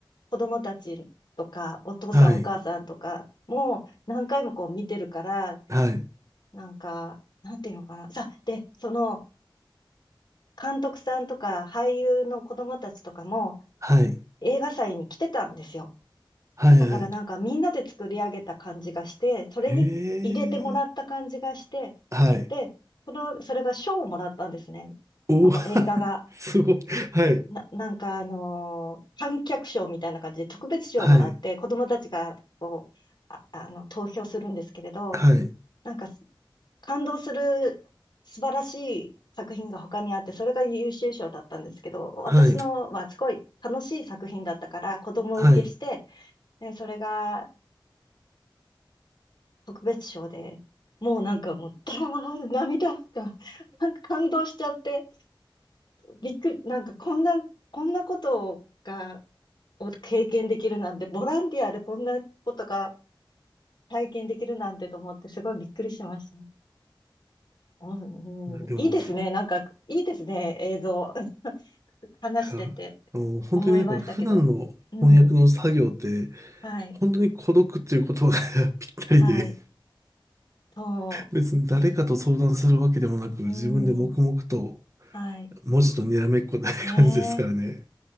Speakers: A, on the left (about 60°); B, on the right (about 35°).
A: 子供たちとか、お父さんお母さんとかも何回もこう見てるから、
B: はい。はい。
A: なんか、なんていうのかな。さ、で、その、監督さんとか俳優の子供たちとかも
B: はい。
A: 映画祭に来てたんですよ。
B: はい。
A: だからなんかみんなで作り上げた感じがして、
B: はい。
A: それに入れてもらった感じがして、
B: へえ。はい。
A: で、その、それが賞をもらったんですね。
B: おー
A: この映画が。
B: <laughs> すごい。はい。
A: な、なんかあのー観客賞みたいな感じで特別賞をもらって子供たちがこう、
B: はい。
A: あ、あの、投票するんですけれど、
B: はい。
A: なんかす感動する素晴らしい作品が他にあって、それが優秀賞だったんですけど、私のはすごい楽しい作品だったから子供受けして、
B: はい。はい。
A: でそれが特別賞で、もうなんかもう、だー涙が、なんか感動しちゃって、びっくり、なんかこんな、こんなことが、を経験できるなんて、ボランティアでこんなことが体験できるなんてと思って、すごいびっくりしました。うん、
B: でも、
A: うん、いいですね。
B: ふい
A: なんか、いいですね。映像。<laughs> 話してて
B: や、あの、本当になんか普段の翻訳の作業って、
A: 思いましたけど。うん。はい。
B: 本当に孤独っていう言葉が <laughs> ぴったりで
A: はい。そ
B: 別に誰かと相談するわけでもなく、
A: う。
B: 自分で黙々と
A: うん。はい。
B: 文字とにらめっこない感じですからね。
A: ねえ。